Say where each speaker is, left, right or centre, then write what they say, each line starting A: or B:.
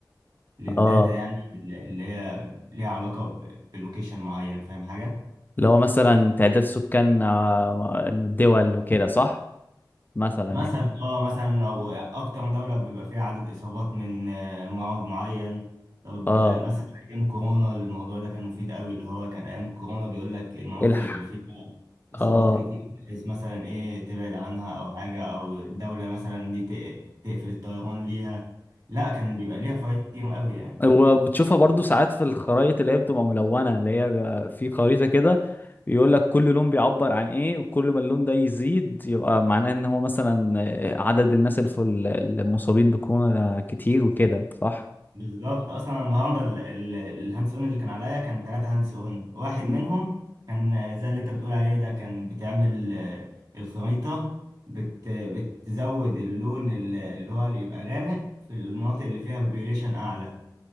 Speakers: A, on the right; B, on the left.
A: للداتا
B: اه
A: يعني اللي هي ليها علاقة ب- بلوكيشن معين فاهم حاجة
B: اللي هو مثلا تعداد سكان آه، الدول وكده صح مثلا
A: مثلا
B: يعني
A: اه مثلا او اكتر دولة بيبقى فيها عدد اصابات من آه، مرض معين طب
B: اه
A: آه، مثلا ايام كورونا الموضوع ده كان مفيد قوي اللي هو كان ايام كورونا بيقول لك المناطق
B: الح
A: اللي فيها اصابات
B: اه
A: كتير بحيث مثلا ايه تبعد عنها او حاجة او الدولة مثلا دي تق- تقفل الطيران ليها لا كان بيبقى ليها فوائد كتير قوي يعني
B: وبتشوفها برضو ساعات في الخرايط اللي هي بتبقى ملونة اللي هي بيبقى في خريطة كده يقول لك كل لون بيعبر عن ايه وكل ما اللون ده يزيد يبقى معناه ان هو مثلا عدد الناس اللي في ال- المصابين بكورونا كتير وكده صح؟
A: بالظبط اصلا النهارده ال- ال- الهاندس اون اللي كان عليا كان ثلاثة هاندس اون واحد
B: مم.
A: منهم كان آه، زي اللي انت بتقول عليه ده كان بتعمل آه، الخريطة بت بتزود اللون ال- اللي هو اللي يبقى غامق في المناطق اللي فيها بيبيوليشن اعلى